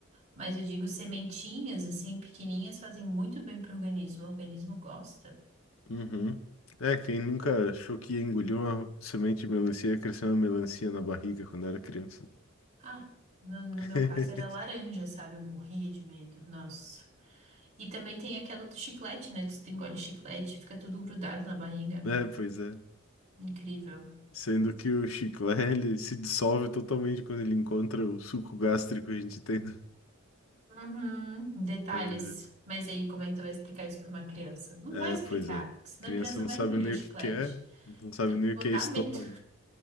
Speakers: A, on the right; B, on the left.
A: Mas eu digo sementinhas, assim, pequenininhas, fazem muito bem para o organismo, o organismo gosta.
B: Uhum. É, quem nunca achou que ia engolir uma semente de melancia e ia crescer uma melancia na barriga quando era criança.
A: Ah, no,
B: <laughs>
A: no meu caso era laranja, sabe, eu morria de medo, nossa. E também tem aquela do chiclete, né, que você engole chiclete, fica tudo grudado na barriga.
B: É, pois é.
A: Incrível.
B: Sendo que o chiclé, ele se dissolve totalmente quando ele encontra o suco gástrico que a gente tem.
A: Uhum, detalhes.
B: né?
A: Mas aí, como é que tu vai explicar isso pra uma criança? Não
B: É,
A: vai explicar,
B: é, pois é.
A: porque senão
B: Criança
A: a criança
B: não
A: vai
B: sabe
A: engolir
B: nem
A: o chiclete.
B: o que que é, não sabe
A: Tem
B: nem
A: que botar
B: o que é estômago.
A: medo.